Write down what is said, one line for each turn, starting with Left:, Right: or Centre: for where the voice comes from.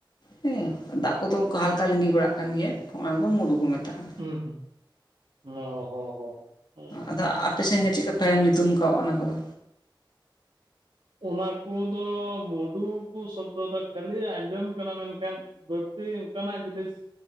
Left: ᱦᱩᱸ ᱫᱟᱜ ᱠᱚᱫᱚ ᱚᱱᱠᱟ ᱦᱟᱞᱠᱟ ᱞᱤᱸᱜᱤ ᱵᱟᱲᱟᱜ ᱠᱟᱱ ᱜᱮᱭᱟ ᱚᱱᱟ ᱫᱚ ᱢᱩᱰᱩ ᱠᱚ ᱢᱮᱛᱟᱜ-ᱟ᱾
Right: ᱦᱩᱸ ᱦᱩᱸ ᱚ ᱦᱚ ᱦᱚ ᱦᱩᱸ᱾
Left: ᱟᱫᱚ ᱟᱯᱮ ᱥᱮᱱ ᱜᱮ ᱪᱤᱜᱠᱟ ᱯᱮ ᱧᱩᱛᱩᱢ ᱠᱟᱣᱟᱜ ᱚᱱᱟ ᱠᱚᱫᱚ?
Right: ᱚᱱᱟ ᱠᱩᱫᱚ ᱢᱩᱰᱩ ᱠᱩ ᱥᱚᱵᱫᱚ ᱫᱚ ᱠᱷᱟᱹᱞᱤ ᱟᱸᱡᱚᱢ ᱠᱟᱱᱟ ᱢᱮᱱᱠᱷᱟᱱ ᱵᱟᱹᱲᱛᱤ ᱚᱱᱠᱟᱱᱟᱜ ᱡᱤᱱᱤᱥ